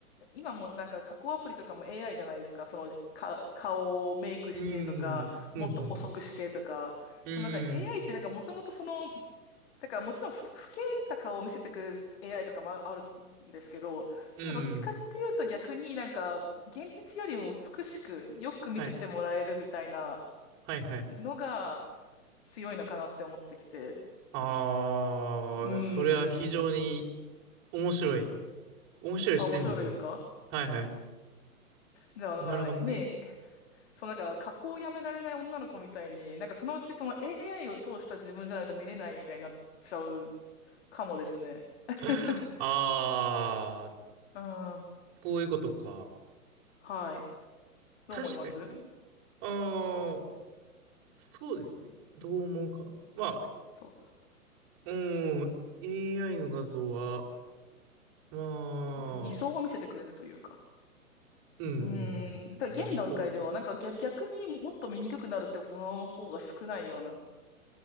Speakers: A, on the left; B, on the right.
A: 今もなんか加工アプリとかも AI じゃないですか。そのか顔をメイクしてとか、
B: うん、うん、
A: もっと細くしてとか。
B: うん、うん、
A: そのなんか AI ってなんかもともとそのだからもちろんふ、老けた顔を見せてくれる AI とかもああるんですけど、
B: うん。
A: でもどっちかっていうと逆になんか現実よりも美しくよく見せてもらえるみたいな
B: はい、はい、はい。
A: のが強いのかなって思ってきて。
B: ああ、
A: うーん。
B: それは非常に面白い。面白い視点ですね。
A: あ、面白いですか
B: はい、はい。
A: じゃあ、
B: なるほどね。
A: なんかね、そうなんか加工をやめられない女の子みたいに、なんかそのうちその AI を通した自分じゃないと見れないみたいになっちゃうかもですね。<laughs>
B: ああ、
A: うん。
B: こういうことか。
A: はい。どう思います
B: 確かにな。ああ、
A: はい
B: そうですね。どう思うか。まあ、
A: そう。
B: うん、AI の画像は、まあ、
A: で理想を見せてくれるというか。
B: うん、うんうん、
A: うーん。だから現段階では、
B: 理想ですね。
A: なんか逆、逆にもっと見にくくなるってものの方が少ないような。